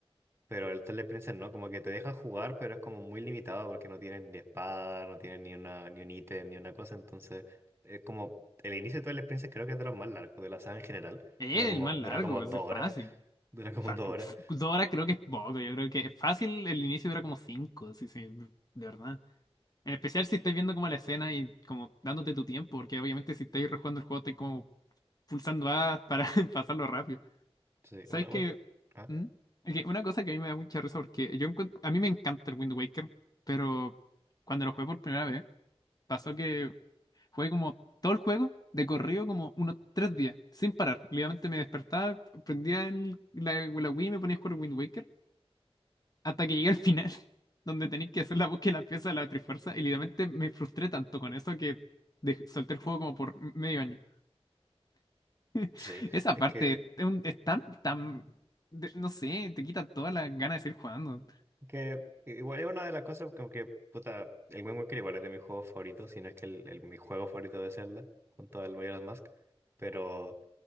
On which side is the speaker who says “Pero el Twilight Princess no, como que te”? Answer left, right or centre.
Right